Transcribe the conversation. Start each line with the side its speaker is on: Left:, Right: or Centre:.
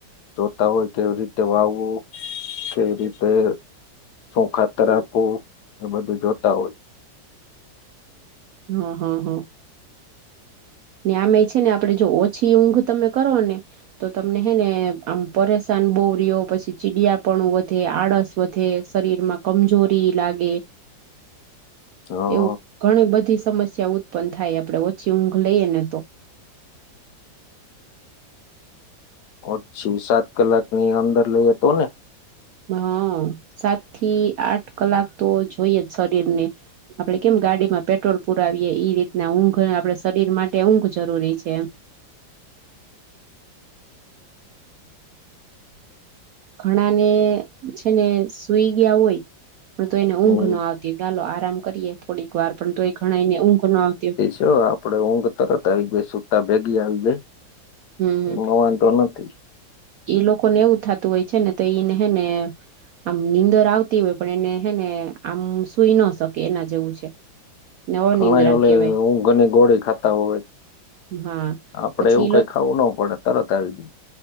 Left: જોતા હોય કેવી રીતે વાવવું કેવી રીતે શુ ખાતર આપવું એ બધું જોતા હોય છે
Right: હ હ હ ને અમે છે ને આપેદે જો ઓછી ઊંઘ તમે કરો ને તો તમને હે ને આમ પરેશાન બો રોયો પછી ચીડયાપું વધે આળસ વધ શરીર માં કમજોરી લાગે
Left: હા
Right: એવુ ઘણી બધી સમસ્યા ઉત્પન્ન થાય આપડે ઓછી ઊંઘ લઈએ ને તો
Left: ઓછુ સાત કલાકની અંદર લઈએ તો ને
Right: હ સાત થી આઠ કલાક તો જોઈએ જ શરીર ને આપડે કેમ ગાડીમાં પેટ્રોલ પુરાવીએે ઈ રીતના ઊંઘ આપડે શરીર માટે ઊંઘ જરૂરી છે, એમ ઘણા ને છે, ને સુઈ ગીયા હોય પણ તો એને ઊંઘ
Left: હમ
Right: ન આ ચાલો આરામ કરીએ થોડીક વાર પણ તો એ ઘણાને ઊંઘ નો આવતી હોય
Left: જો આપડે ઊંઘ તરત આવી જાય સુતા ભેગી આવી જાય.
Right: હમ
Left: એમા વાધો નથી.
Right: એ લોકો ને એવું થતું હોય છે ને તો ઈને હે ને આમ નીંદર આવતી હોય પણ એને હે ને આમ સુઈ ના શકે એના જેવું છે. ને અનિદ્રા
Left: ઘણા એ ઓલે
Right: કેવાય
Left: ઊંઘ ની ગોળી ખાતા હોય
Right: હા
Left: આપડે
Right: પછી
Left: એવું
Right: ઈ
Left: કઈ ખાવું નો પડે તરત આવી જયું.